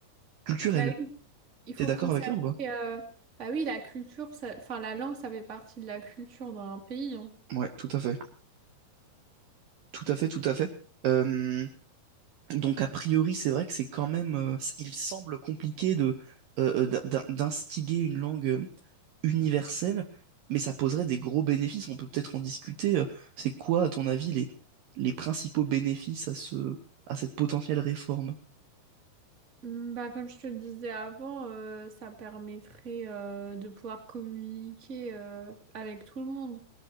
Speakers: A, on the right (about 70°); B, on the right (about 25°).
A: culturelle?
B: Bah oui, il faut
A: T'es d'accord
B: conserver,
A: avec ça ou pas?
B: euh, bah oui, la culture, ça- enfin, la langue, ça fait partie de la culture d'un pays. hein.
A: Ouais, tout à fait. Tout à fait, tout à fait. Euh, donc, a priori, c'est vrai que c'est quand même. euh, c- il semble compliqué de, euh, euh, d'in- d'in- d'instiguer une langue euh, universelle, mais ça poserait des gros bénéfices. On peut peut-être en discuter. euh, C'est quoi, à ton avis, les, les principaux bénéfices à ce, à cette potentielle réforme?
B: Mm, Bah, comme je te le disais avant, euh, ça permettrait euh, de pouvoir communiquer euh, avec tout le monde.